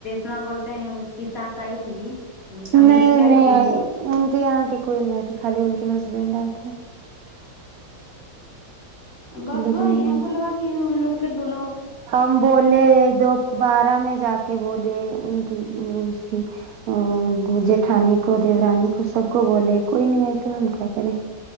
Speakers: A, on the left; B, on the right.
A: ہاں بولتے ہیں اس کی ساس آئی تھی کہ امی
B: نہیں
A: اس کی آئی
B: نہیں
A: تھی
B: آئے ان کے یہاں کے کوئی نہیں آئے تھے خالی ان کے ہسبینڈ آئے تھے
A: بس
B: وہ لوگ
A: وہی
B: نہیں
A: ہم کو لگا کہ ان لوگ کے دو نوں
B: ہم بولے دوبارہ میں جا کے بولے ان کی اس کی ہوں جٹھانی کو دیورانی کو سب کو بولے کوئی نہیں آئے تو ہم کیا کریں